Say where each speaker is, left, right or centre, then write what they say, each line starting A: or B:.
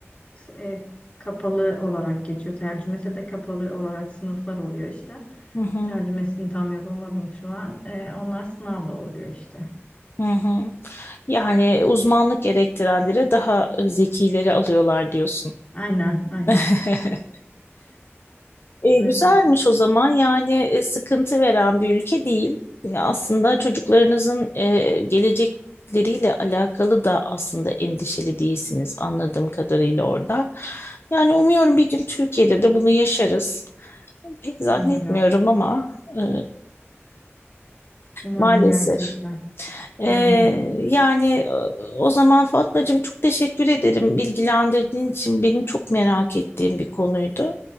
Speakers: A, on the left; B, on the left.
A: e, kapalı olarak geçiyor. Tercümesi de kapalı olarak sınıflar oluyor işte.
B: Hı hı.
A: Tercümesini tam yapamadım şu an. Ee, onlar sınavla oluyor işte.
B: Hı hı. Yani uzmanlık gerektirenlere daha zekileri alıyorlar diyorsun.
A: Aynen, aynen.
B: <laughs> E,
A: <laughs> Böyle.
B: güzelmiş o zaman yani e, sıkıntı veren bir ülke değil. E, aslında çocuklarınızın e, gelecekleriyle alakalı da aslında endişeli değilsiniz anladığım kadarıyla orada. Yani umuyorum bir gün Türkiye'de de bunu yaşarız. Pek zannetmiyorum
A: Umarım.
B: ama e,
A: Umarım
B: maalesef.
A: gerçekten.
B: E,
A: Yani.
B: yani e, o zaman Fatmacığım çok teşekkür ederim bilgilendirdiğin için benim çok merak ettiğim bir konuydu.